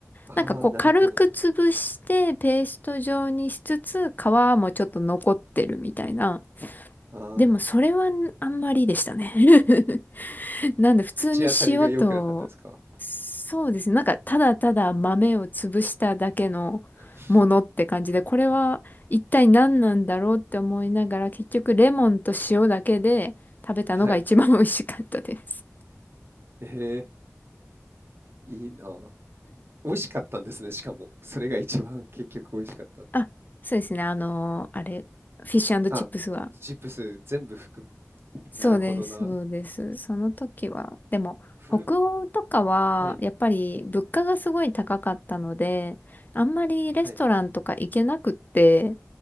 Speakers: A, on the right (about 50°); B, on the left (about 35°).
A: ああ、
B: なんかこう軽く潰してペースト状にしつつ皮もちょっと残ってるみたいな。
A: なるほど。ああ、
B: でもそれはあんまりでしたね。<laughs> なんで普通に塩と、
A: 口当たりが良くなかったですか？
B: そうですね。なんかただただ豆を潰しただけのものって感じで、
A: <laughs>
B: これは一体何なんだろうって思いながら、結局レモンと塩だけで食べたのが一番美味しかったです。
A: はい。ええ、いいなあ。美味しかったんですね、しかも。それが一番結局美味しかった。
B: <laughs> あ、そうですね。あのーあれ、フィッシュチップスは。
A: あ、チップス全部含
B: そうです、
A: む。なるほどな。
B: そうです。その時は、でも、
A: フル、
B: 北欧とかは、
A: はい、
B: やっぱり物価がすごい高かったので、あんまりレストランとか行けなくって、
A: はい。